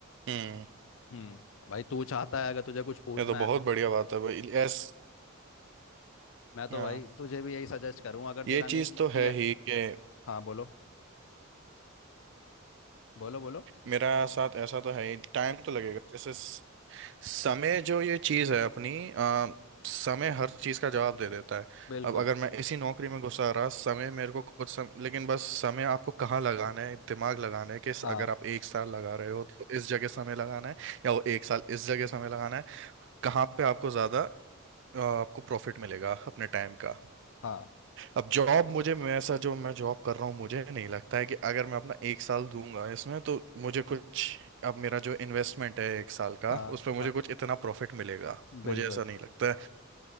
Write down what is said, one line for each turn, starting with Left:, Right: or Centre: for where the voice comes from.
Right: हम्म
Left: हम्म भाई तू चाहता है अगर तुझे कुछ पूछना
Right: ये तो बहुत
Left: है
Right: बढ़िया बात है भाई एस
Left: मैं तो
Right: हाँ
Left: भाई तुझे भी यही सजेस्ट करूँ अगर तेरा
Right: ये
Left: नहीं
Right: चीज तो है
Left: या
Right: ही कि
Left: हाँ बोलो बोलो बोलो
Right: मेरा साथ ऐसा तो है ही टाइम तो लगेगा जैसे समय जो ये चीज है अपनी अ, समय हर चीज का जवाब दे देता है
Left: बिल्कुल
Right: अब अगर मैं इसी नौकरी में घुसा रहा समय मेरे को कुछ सम, लेकिन बस समय आपको कहाँ लगाना है दिमाग लगाना है कि इस-
Left: हाँ
Right: अगर आप एक साल लगा रहे हो तो इस जगह समय लगाना है या वो एक साल इस जगह समय लगाना है कहाँ पे आपको ज्यादा अ, आपको प्रॉफिट मिलेगा अपने टाइम का
Left: हाँ
Right: अब जॉब मुझे मैं ऐसा जो मैं जॉब कर रहा हूँ मुझे नहीं लगता है कि अगर मैं अपना एक साल दूंगा इसमें तो मुझे कुछ अब मेरा जो इन्वेस्टमेंट है एक साल का
Left: हाँ
Right: उस पर मुझे
Left: हाँ
Right: कुछ इतना प्रॉफिट मिलेगा मुझे
Left: बिल्कुल
Right: ऐसा नहीं लगता है